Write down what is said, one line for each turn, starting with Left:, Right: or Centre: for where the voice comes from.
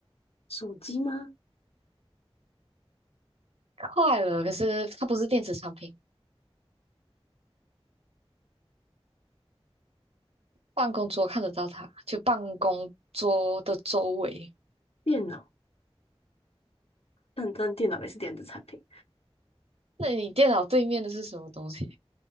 Left: 手机吗？
Right: 快了，可是它不是电子产品，办公桌看得到它，就办公桌的周围。
Left: 电脑，但但电脑也是电子产品。
Right: 那你电脑对面的是什么东西？